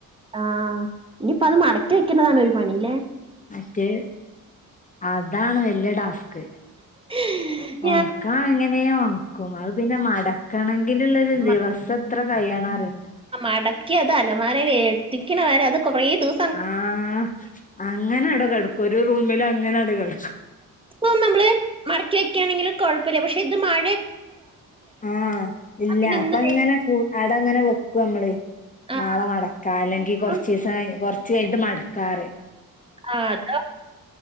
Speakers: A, on the right; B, on the left.
A: ആഹ് ഇനിയിപ്പ അത് മടക്കി വെക്ക്ണതാണ് ഒരു പണില്ലേ
B: മറ്റേ അതാണ് വല്ല്യ ടാസ്ക്
A: ഉം
B: ഒണക്കാ എങ്ങനെയ ഉണക്കും പിന്നെ മടക്കണങ്കിലുള്ള ഒരു
A: മ-
B: ദിവസം എത്ര കഴിയണറിയോ.
A: മടക്കി അത് അലമാരെ ലെത്തിക്കണവരെ അത് കൊറേ ദിവ
B: ആഹ് അങ്ങനെട കടക്കും ഒരു റൂമിൽ അങ്ങനെട് കടക്കും
A: ഇപ്പോ നമ്മള് മടക്കി വെക്കാണെങ്കില് കൊഴപ്പല്ല പക്ഷെ ഇത് മഴ
B: ആഹ് ഇല്ല
A: പിന്നെ
B: അപ്പൊ
A: ഇന്ന്
B: ഇങ്ങനെ കൂ അടെ അങ്ങനെ വെക്കും നമ്മള്
A: ആ
B: നാളെ മടക്കാ അല്ലെങ്കി
A: അപ്പം
B: കൊറച്ചിസം കഴി കൊർച്ച് കഴിഞ്ഞിട്ട് മടക്കാനറിം.
A: ആഹ് അത